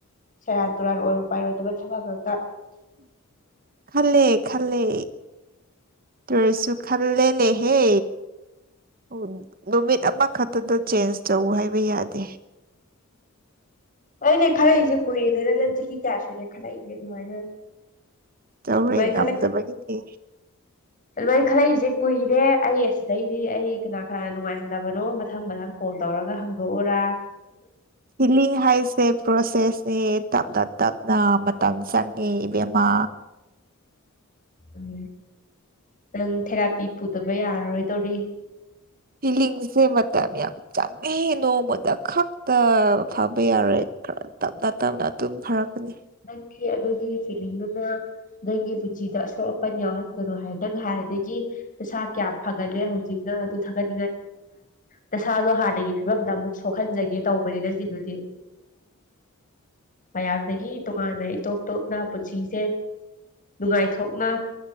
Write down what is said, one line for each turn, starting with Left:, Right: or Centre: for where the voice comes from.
Left: ꯁꯦꯔꯥꯟ ꯇꯨꯔꯥꯟ ꯑꯣꯏꯔ ꯄꯥꯏꯔꯣꯏꯗꯕ ꯊꯕꯛ ꯉꯛꯇ
Right: ꯈꯜꯂꯦ ꯈꯜꯂꯦ ꯇꯨꯔꯤꯁ ꯆꯨ ꯈꯜꯂꯦꯅꯦꯍꯦ ꯑꯣ ꯅꯨꯃꯤꯠ ꯑꯃꯈꯛꯇꯗ ꯆꯦꯟꯖ ꯇꯧ ꯍꯥꯏꯕ ꯌꯥꯗꯦ
Left: ꯑꯣꯏꯅꯦ ꯈꯜꯂꯛꯏꯖꯦ ꯀꯨꯏꯔꯦꯗ ꯅꯪ ꯆꯍꯤ ꯀꯌꯥ ꯁꯨꯔꯦ ꯈꯜꯂꯛꯏꯖꯦ ꯑꯗꯨꯃꯥꯏꯅ
Right: ꯇꯧꯔꯣꯏ
Left: ꯑꯗꯨꯃꯥꯏꯅ
Right: ꯉꯝꯗꯕꯒꯤꯗꯤ
Left: ꯑꯗꯨꯃꯥꯏꯟ ꯈꯜꯂꯛꯏꯖꯦ ꯀꯨꯏꯔꯦ ꯑꯩ ꯑꯁꯤꯗꯩꯗꯤ ꯑꯩ ꯀꯅꯥ ꯀꯅꯥꯅ ꯅꯨꯡꯉꯥꯏꯍꯟꯗꯕꯅꯣ ꯃꯊꯪ ꯃꯊꯪ ꯀꯣꯜ ꯇꯧꯔꯒ ꯍꯥꯡꯗꯣꯛꯎꯔꯥ
Right: ꯍꯤꯂꯤꯡ ꯍꯥꯏꯁꯦ ꯄ꯭ꯔꯣꯁꯦꯁꯅꯦ ꯇꯞꯅ ꯇꯞꯅ ꯃꯇꯝ ꯆꯪꯉꯦ ꯏꯕꯦꯝꯃꯥ
Left: ꯎꯝ ꯅꯪ ꯊꯦꯔꯥꯄꯤ ꯄꯨꯗꯕ ꯌꯥꯔꯔꯣꯏꯗꯧꯔꯤ
Right: ꯐꯤꯂꯤꯡꯁꯦ ꯃꯇꯝ ꯌꯥꯝ ꯆꯪꯉꯦꯍꯦ ꯅꯣꯡꯃꯥꯗ ꯈꯛꯇ ꯐꯕ ꯌꯥꯔꯣꯏ ꯈꯔ ꯇꯞꯅ ꯇꯞꯅ ꯑꯇꯨꯝ ꯐꯔꯛꯀꯅꯤ
Left: ꯅꯪꯒꯤ ꯑꯗꯨꯒꯤ ꯐꯤꯂꯤꯡꯗꯨꯅ ꯅꯪꯒꯤ ꯄꯨꯟꯁꯤꯗ ꯑꯁꯣꯛ ꯑꯄꯟ ꯌꯥꯎꯍꯟꯒꯅꯣ ꯍꯥꯏ ꯅꯪ ꯍꯥꯟꯅꯗꯒꯤ ꯅꯁꯥ ꯀꯌꯥꯝ ꯐꯥꯒꯠꯂꯦ ꯍꯧꯖꯤꯛ ꯅꯪ ꯑꯗꯨ ꯊꯒꯠ ꯅꯁꯥꯗꯣ ꯍꯥꯟꯅꯒꯤ ꯐꯤꯕꯝꯗ ꯑꯃꯨꯛ ꯁꯣꯛꯍꯟꯖꯒꯦ ꯇꯧꯕꯅꯦ ꯅꯪꯒꯤꯗꯨꯗꯤ
Right: <unintelligible>
Left: ꯃꯌꯥꯝꯗꯒꯤ ꯇꯣꯉꯥꯟꯅ ꯏꯇꯣꯞ ꯇꯣꯞꯅ ꯄꯨꯟꯁꯤꯖꯦ ꯅꯨꯡꯉꯥꯏꯊꯣꯛꯅ